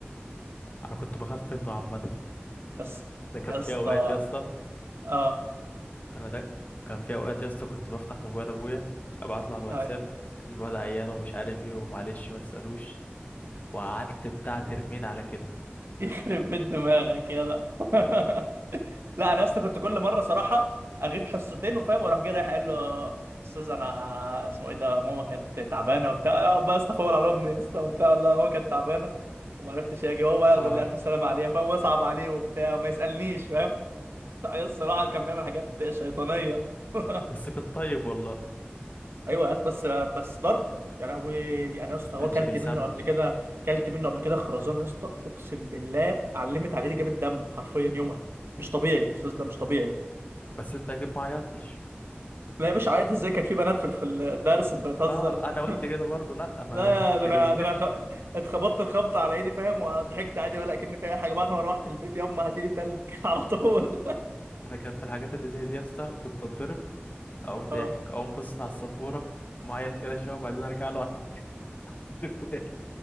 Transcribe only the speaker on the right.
يا اسطى
يا
اسطى
اه
آه،
<laughs> يخرب بيت دماغك يلا <laughs> لا انا اصلا كنت كل مره صراحه اغيب حصتين وفاهم واروح جاي رايح قايل له استاذ انا اسمه ايه ده ماما كانت تعبانه وبتاع اقعد بقى استفول على امي يا اسطى وبتاع والله ماما كانت تعبانه وما عرفتش اجي هو بقى
يقعد يقول لي الف سلامه عليها فاهم ويصعب عليه وبتاع وما يسالنيش فاهم <laughs> الصراحه كان بيعمل حاجات شيطانيه <laughs>
ايوه يا اسطى، بس بس ضرب يا لهوي انا يا اسطى هو
كلت
منه قبل كده كلت منه قبل كده خرزان يا اسطى اقسم بالله علمت على ايدي جابت دم حرفيا يومها مش طبيعي الاستاذ ده مش طبيعي
لا يا باشا عيط ازاي كان في بنات في في الدرس انت بتهزر
<laughs>
لا
يا ده
انا ده انا خ... اتخبطت الخبطه على ايدي فاهم وضحكت عادي ولا كأني في اي حاجه بعد ما روحت البيت يما هاتيلي تلج <laughs> على طول
اه